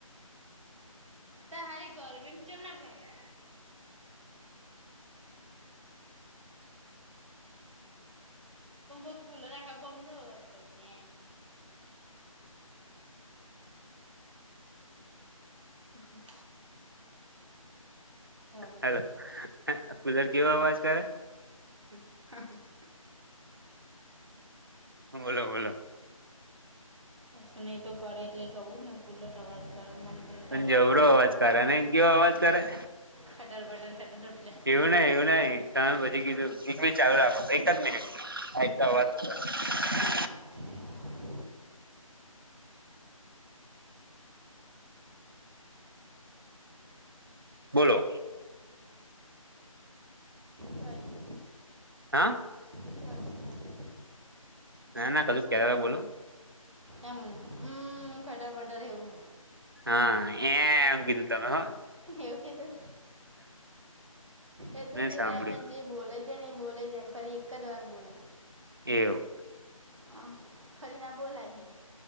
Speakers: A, on the right; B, on the right.
A: ત હારી ગરમીમાં ચાલની પ પણ કુલો રાખા ગમ ન અવાજ કરશે હમ્મ ચાલો
B: હાલો કુલર કેવો અવાજ કરે
A: હ હા હા
B: બોલો બોલો
A: સુું ન તો કરે એટલે કહું ને કુલર અવાઝ કરેને મને કંટાળો
B: પણ જબરો
A: આવે
B: અવાજ કાડેને કેયો અવાજ કરે
A: ખાદર બદર ખાદર બદર -
B: એવું નહી એવું નહી તમે પછી કીધું એક મિનિટ ચાલુ રાખો એક જ મિનિટ આ કટે આવાઝ કરે -
A: <inaudible>
B: બોલો
A: કઈ નઈ
B: હાં
A: કશું નહીં
B: ના ના કું કે્યારેલા બોલો
A: એમ અમમ ખટર બટર એવું
B: હા એ એમ કીધું તમે હ
A: એવું કીધું એ તો
B: મેં
A: જે
B: સાંભળ્યું
A: ટાયમે જે બોલે છે ને એ બોલે છે ફરી એક જ વાર બોલે
B: એવું
A: હ ફરીના બોલાય હ